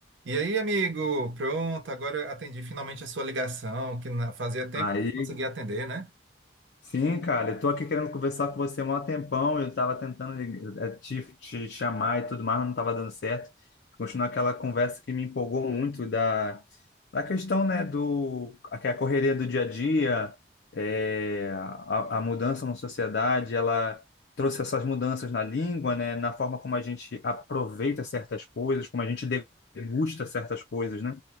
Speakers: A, on the right; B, on the left.
A: E aí, amigo? Pronto, agora atendi finalmente a sua ligação, que na- fazia tempo
B: Aí,
A: que não conseguia atender, né?
B: sim, cara, eu tô aqui querendo conversar com você há mó tempão, eu tava tentando lig- eh, te, te chamar e tudo mais, mas não tava dando certo. Continuar aquela conversa que me empolgou muito da, da questão, né, do, a, que é a correria do dia a dia, eh, a, a mudança na sociedade, ela trouxe essas mudanças na língua, né, na forma como a gente aproveita certas coisas, como a gente degusta certas coisas, né?